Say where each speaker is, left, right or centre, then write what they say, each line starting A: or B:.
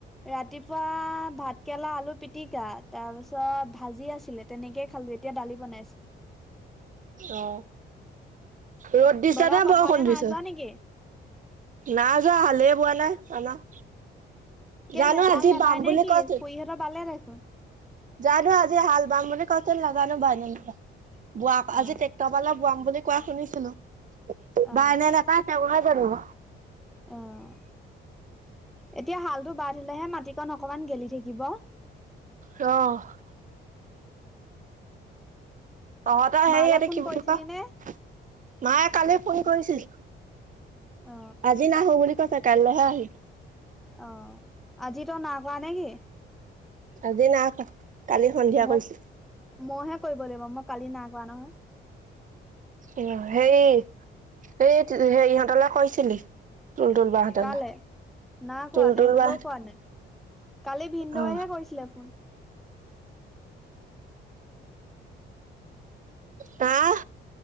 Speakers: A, in the centre; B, on the right.
A: ৰাতিপুৱা ভাত কেৰেলা, আলু পিতিকা তাৰপিছত ভাজি আছিলে তেনেকে খালোঁ। এতিয়া দালি বনাইছে।
B: অঁ, ৰ'দ দিছে
A: বাবা
B: নে
A: পথাৰলৈ
B: বৰষুণ দিছ?
A: নাই যোৱা নেকি
B: নাই যোৱা হালেই বোৱা নাই আমাৰ।
A: কে'লে
B: জানো
A: হাল
B: আজি
A: নেবাই
B: বাম
A: নেকি?
B: বুলি কৈছিল
A: খুৰীহঁতৰ বালে দেখোন।
B: জানো আজি হাল বাম বুলি কৈছিল। নাজানোঁ বাই নে নাবাই। বোৱা
A: অ
B: আজি ট্ৰেক্টৰ পালে বোৱাম বুলি কোৱা শুনিছিলো।
A: অ
B: বায় এ নেবায় তেওঁহে জানিব।
A: অঁ, এতিয়া হালটো বায় দিলেহে মাটিকণ অকমান গেলি থাকিব।
B: ৰহ্! তহঁতৰ হেই
A: মালে
B: এইটো
A: ফোন
B: কি
A: কৰিছিলি
B: বুলি কয়?
A: নে
B: মাইয়ে কালি ফোন কৰিছিল।
A: অ
B: আজি নাহো বুলি কৈছে কলিলেহে আহি
A: অঁ, আজি তই নাই কৰা নেকি?
B: আজি নাই কৰা। কালি সন্ধিয়া
A: মোক
B: কৰিছিলোঁ।
A: মইহে কৰিব লাগিব। মই কালি নাই কৰা নহয়।
B: উম, সেই এই টি হে ইহঁতলে কৰিছিলি? তুল তুল বাহঁতলে।
A: কালে নাই
B: তুল
A: কৰা তেহেঁতলৈও
B: তুল বাহ
A: কৰা নাই কালি ভিন্দৌৱেহে
B: অ
A: কৰিছিলে ফোন।
B: তাহঁ